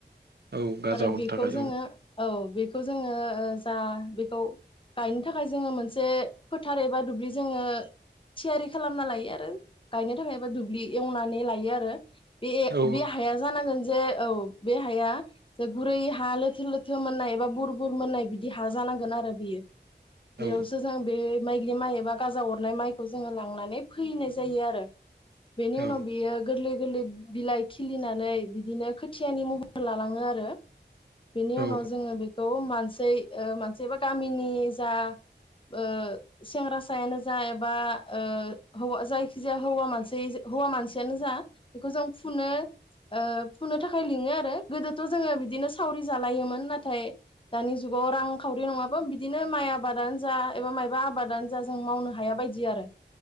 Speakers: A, on the right (about 65°); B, on the left (about 30°).
A: औ औ गाजा
B: आरो
A: हरनो
B: बेखौ
A: थाखाय
B: जोङो
A: औ
B: औ <unintelligible> बेखौ जोङो ओ जा बेखौ गायनो थाखाय जोङो मोनसे फोथार एबा दुब्लि जोङो थियारि खालामना लायो आरो गायनो थाखाय एबा दुब्लि एवनानै लायो आरो। बे
A: औ
B: बेे हाया जानांगोन। जे औ बे हाया जे गुरै हा लोथो लोथो मोननाय एबा बुर बुर मोननाय बिदि हा जानांगोन आरो बियो। बेयावसो
A: औ
B: जों बे माइग्लि माय गाजा हरनाय मायखौ जोङो लांनानै फोहैनाय जायो आरो। बेनि
A: औ
B: उनाव बियो गोरलै। गोरलै बिलाइ खिलिनानै बिदिनो खोथियानि महर लालाङो आरो। बेनि
A: औ
B: उनाव जोङो बेखौ खौ मानसै ओ बा गामिनि जा ओ सेंग्रासायानो जा एबा ओ हौ जायखि जाया हौवा मानसि हौवा मानसि मानसियानो जा बेखौ जों फुनो ओ फुनो थाखाय लिङो आरो गोदो थ जोङो बिदिनो सावरि जालायोमोन नाथाय दानि जुगाव रांखावरि नङाबा बिदिनो माय आबादानो जा एबा मायबा आबादानो जा जों मावनो हाया बायदि आरो।